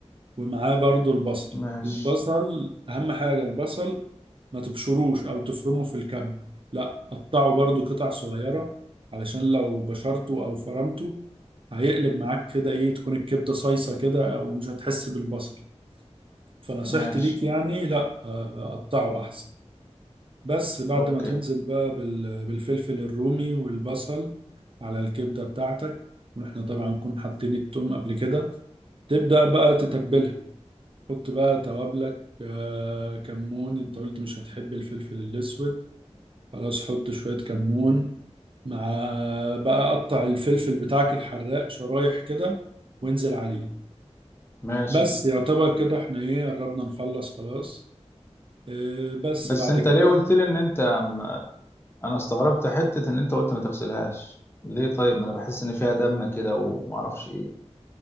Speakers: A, on the right (about 50°); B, on the left (about 20°).
A: ومعاه برضو البصل
B: ماشي
A: البصل أهم حاجة البصل ما تبشروش أو تفرمه في الكبة لا قطعه برضو قطع صغيرة علشان لو بشرته أو فرمته هيقلب معاك كده ايه تكون الكبدة صيصة كده ومش هتحس بالبصل فنصيحتي
B: ماشي
A: ليك يعني لا آه، قطعه احسن بس بعد
B: اوكي
A: ما تنزل بقى بال- بالفلفل الرومي والبصل على الكبدة بتاعتك واحنا طبعا نكون حاطين التوم قبل كده تبدأ بقى تتبلها حط بقى توابلك آه، كمون انت قلت مش هتحب الفلفل الاسود خلاص حط شوية كمون مع آه، بقى قطع الفلفل بتاعك الحراق شرايح كده وانزل عليه
B: ماشي
A: بس يعتبر كده احنا ايه قربنا نخلص خلاص إيه، بس
B: بس
A: بعد
B: انت
A: كده
B: ليه قلت لي ان انت م- انا استغربت حتة ان انت قلت ما تغسلهاش ليه طيب ما انا بحس ان فيها دم كده ومعرفش ايه